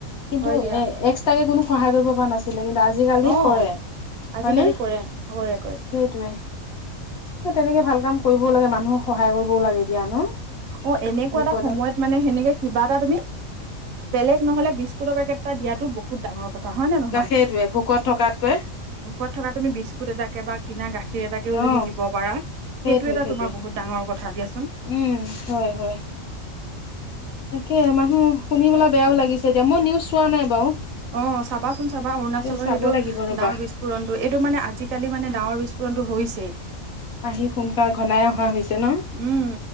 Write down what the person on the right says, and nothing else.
হয় দিয়া
অ
আজিকালি
কৰে কৰে কৰে
অ এনেকুৱা
এটা সময়ত মানে সেনেকে কিবা এটা তুমি বেলেগ নহলে বিস্কুটৰ পেকেট এটা দিয়াতো বহুত ডাঙৰ কথা হয় নে নহয়?
ভোকত থকা তুমি বিস্কুট এটাকে বা কিনা গাখীৰ এটাকেও
যদি দিব পাৰা
সেইটো এটা
তোমাৰ বহুত ডাঙৰ কথা দিয়াচোন।
অ চাবাচোন চাবা অৰুণাচলৰ
সেইটো
ডাৱৰ বিস্ফোৰণটো এইটো মানে আজিকালি মানে ডাঙৰ বিস্ফোৰণটো হৈছেই।
উম